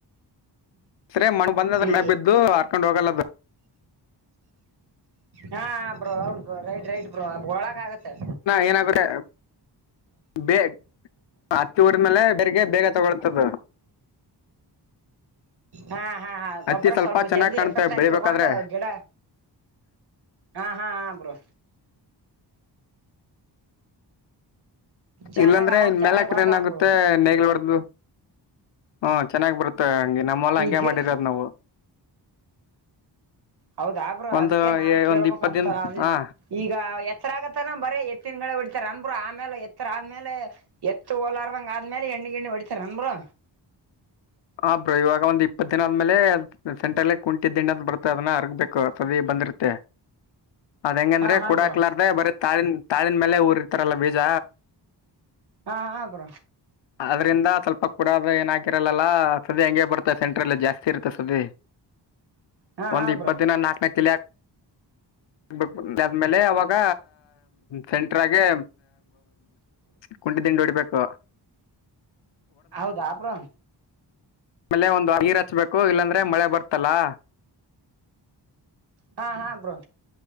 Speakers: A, on the left; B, on the right.
A: ಸರಿ ಮಣಗ್ ಬಂದ ಅದ್ರ
B: ಈ
A: ಮೇ ಬಿದ್ದು ಹರ್ಕೊಂಡ್ ಹೋಗಲ್ಲದು
B: ಹಾ ಬ್ರೋ ಹೌ ಬ ರೈಟ್ ರೈಟ್ ಬ್ರೋ ಅ ಒಳಗ ಆಗತ್ತೆ
A: ಎಏನ ಕಟ್ಟ ಬೇ ಹತ್ತಿ ಡ್ಮೇಲೆ ಬೆರ್ಗೆ ಬೇಗ ತಗೊಳ್ತದ <inaudible>
B: ಹಾ ಹಾ ಹಾ ಗೊಬ್ಬರ
A: ಹತ್ತಿ
B: ಸ್ವಲ್ಪ
A: ಚೆನ್ನಾಗ್
B: ಜಲ್ದಿ
A: ಕಾಣುತ್ತೆ
B: ಎಫೆಕ್ಟ್ ಆಗಿ
A: ಬೆಳಿಬೇಕಾದ್ರೆ
B: ತಗೊಂಡು ಗಿಡ ಹಾ ಹಾ ಹ ಬ್ರೋ ಚೆನ್ನಾಗ್
A: ಇಲ್ಲಾಂದ್ರೆ
B: ಅವಾಗ
A: ಇನ್
B: ಚೆನ್ನಾಗಿ
A: ಮೇಲೆಕಡೆ
B: ಬರ್ತಾವನ್
A: ನ್ ಆಗುತ್ತೆ
B: ಬ್ರೋ
A: ನೇಗ್ಲ್ಬಡು ಹ್ಮ ಚೆನ್ನ್ ಬರ್ತ್ತೆ ಹಂಗಗೆ ನಮ್ಮೆಲ್ಲ
B: ಈ
A: ಹಂಗೆ
B: ಗಿಡ
A: ಮಾಡಿರೋದ್ ನಾವು
B: ಹೌದಾಬ್ರ
A: ಒಂದು
B: ಅದಕ್ಕೆ ನಾನ್
A: ಏ-
B: ಕೇಳ್ಬೇಕಕ್ಂತ
A: ಒಂದ್ ಇಪ್ಪತ್ ದಿನ
B: ಅದ
A: ಹಾ
B: ಈಗ ಎತ್ತರ ಆಗತ್ತಾನ ಬರ ಎತ್ತಿನಡೆ ಹೊಡಿತಾರ ಅನ್ಬ್ರರು ಆಮೇ ಆ್ಮೇಲೆ ಎತ್ತರ ಆದ್ಮೇಲೆ ಎತ್ತ ೋಲಾರ್ದಂಗ ಆದ್ಮೇಲೆ ಎಣ್ಣ ಗಣಿ ಹೊಡಿತಾರ ಅಂದರು
A: ಹ ಬ್ರೋ ಇವಾಗ ಒಂದ್ ಇಪ್ಪತ್ ದಿನ ಆದ್ಮೇಲೆ ಸೆಂಟ್ರಲ್ಲೇ ಕುಂಟಿ ದಿಂಡದ ಬರ್ತೆ ಅದನ್ನ ಅರಗ್ಬೇಕು ಸದ ತಂದರುತೆ ಅದ್ ಹೆಂಗ ಅಂದ್ರೆ
B: ಹಾ ಹಾ
A: ಕುಡಾಕ್ಲಾರ್ದ
B: ಬ್ರೋ
A: ಬರೀ ತಾಳನ್ ತಾಳನ್ ಮೇಲೆ ಊರಿ ಇರ್ತಾರಲ್ಲ ಬೀಜ
B: ಹಾ ಹ್ರ
A: ಅದ್ರಿಂದ ಸ್ವಲ್ಪ ಕೂಡದು ಏನ ಹಕಿರಲ್ಲಲ್ಲ ಸದ ಹಂಗೆ ಬರ್ತ ಸೆಂಟ್ರಲ್ಲಿ ಜಾಸ್ತಿ ಇರುತ್ತೆ ಸದೆ
B: ಹಾ
A: ಒಂದು
B: ಹಾ
A: ಇಬ್ಪ್ಪ
B: ಬ್ರೋ
A: ದಿನ ನಾಕನ ಕಿಳ ಹಾಕ ಆಗ್ಬೇಕ್ಮೇಲೆ ಅವಾಗ ಸೆಂಟ್ರಾಗೆ ಕುಂಡಿ ದಿಂಡಿ ಹೊಡಿಬೇಕು
B: ಹೌದಾ ಅಪ್ರ
A: ಆಮೇಲೆ ಒಂದು ನೀರು ಹಚ್ಬೇಕು ಇಲ್ಲಾಂದ್ರೆ ಮಳೆ ಬರ್ತಲ್ಲಾ
B: ಹಾ ಹಾ ಬ್ರೋ